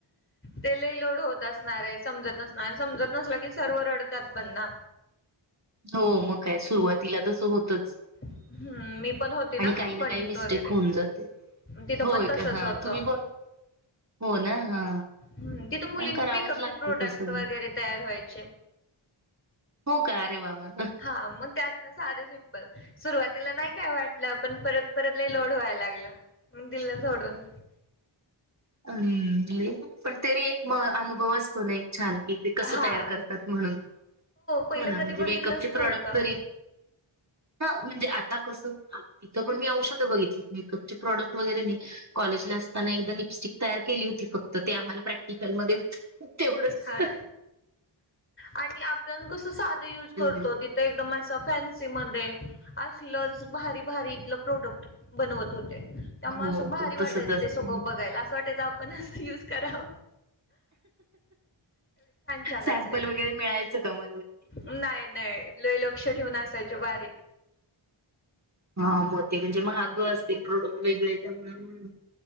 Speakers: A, on the left; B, on the right.
A: ते लही लोड होत असणार आहे समजत नसणार समजत नसल की सर्व रड ात पण ना
B: हो मग काय सुरुवातीला तस होतच.
A: हम्म मी पण होती
B: आणि काही
A: कंपनीत
B: ना काही मिस्टेक
A: वगैरे
B: होऊन जाते.
A: तिथं
B: होय
A: पण तसच
B: का हा
A: होतं
B: तुम्ही कोण हो ना हा
A: हम् तिथं मुलींचे
B: पण करावंच
A: मेकअपचे
B: लागतं
A: प्रोडक्ट
B: तसं.
A: वगैरे तयार व्हायचे.
B: हो का अरे वावा
A: हा मग त्यात ना साधे सिम्पल सुरुवातीला नाही काय वाटलं पण परत परत ल लोड व्हायला लागलं म दिलं सोडून
B: अम्म पण तरी एक म अनुभव असतो ना एक छान की ते कसं
A: हा
B: तयार करतात म्हणून
A: पहिलं
B: हो ना
A: कधी
B: म्हणजे
A: बघितलंच
B: मेकअपचे
A: नव्हतं
B: प्रॉडक्ट तरी? ह म्हणजे आता कसं तिथं पण मी औषधं बघितली मेकअपचे प्रॉडक्ट वगैरे कॉले लिपस्टिक तयार केली होती फक्त ते आम्हाला प्रॅक्टिकल एवढच
A: हा आणि आपण कसं साध यूज करतो
B: नाही
A: तिथं एकदम असं फॅन्सी म अस क्लच भारी भारी इथलं प्रोडक्ट बनवत होते. त्यामुळे
B: हो
A: असं भारी
B: हो
A: वाटायचं
B: तसच असत
A: ते सगळं बघायला असं वाटायचं आपण युज कराव छान
B: सॅमपल
A: असायचे
B: वगैरे मिळायचं का म
A: नाही नाही लय लक्ष ठेऊून असायचे बारीक
B: हा मोठ म्हणजे महाग असतील प्रोडक्ट वेगळे त्यामुळे